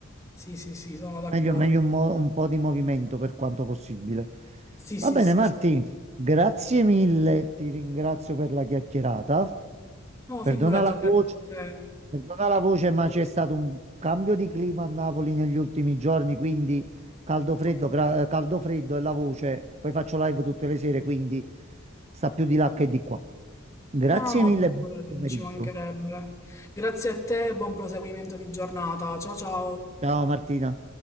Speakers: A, on the left; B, on the right.
A: Sì, sì, sì, sono d'accordo.
B: Meglio, meglio un, mo- un po' di movimento per quanto possibile.
A: Sì,
B: Va
A: sì,
B: bene,
A: sì,
B: Marti,
A: sì.
B: grazie mille, ti ringrazio per la chiacchierata.
A: No,
B: Perdona
A: figurati,
B: la
A: grazie
B: voce,
A: a te.
B: perdona la voce, ma c'è stato un cambio di clima a Napoli negli ultimi giorni, quindi caldo freddo,
A: Ok.
B: cra- caldo freddo e la voce. Poi faccio live tutte le sere, quindi sta più di là che di qua. Grazie
A: No, no, no,
B: mille,
A: figurati,
B: buon pomeriggio.
A: ci mancherebbe. Grazie a te, buon proseguimento di giornata. Ciao, ciao.
B: Ciao Martina.